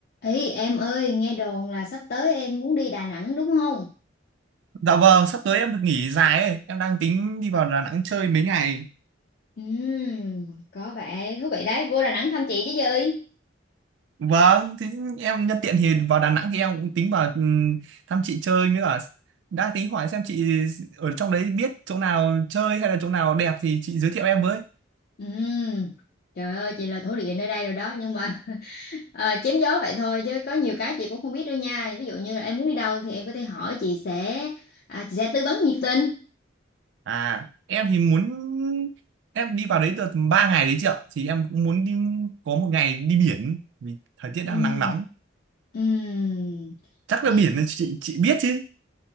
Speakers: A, on the left; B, on the right.
A: Ý em ơi, nghe đồn là sắp tới em muốn đi Đà Nẵng đúng không?
B: Dạ vâng, sắp tới em được nghỉ dài ấy, em đang tính đi vào Đà Nẵng chơi mấy ngày.
A: Ừm, có vẻ thú vị đấy, vô Đà Nẵng thăm chị chứ gì?
B: Vâng, thế em nhân tiện thì vào Đà Nẵng thì em cũng tính vào ừm, thăm chị chơi mới cả đang tính hỏi xem chị ở trong đấy biết chỗ nào chơi hay là chỗ nào đẹp thì chị giới thiệu em với.
A: Ừm, trời ơi, chị là thổ địa nơi đây rồi đó, nhưng mà <laughs> à, chém gió vậy thôi chứ có nhiều cái chị cũng không biết đâu nha. Ví dụ như là em muốn đi đâu thì em có thể hỏi chị sẽ à, chị sẽ tư vấn nhiệt tình.
B: À, em thì muốn em đi vào đấy được 3 ngày đấy chị ạ, thì em cũng muốn đi có một ngày đi biển vì thời tiết
A: Ừm,
B: đang nắng nóng.
A: ừm,
B: Chắc
A: đi.
B: là biển là chị chị biết chứ.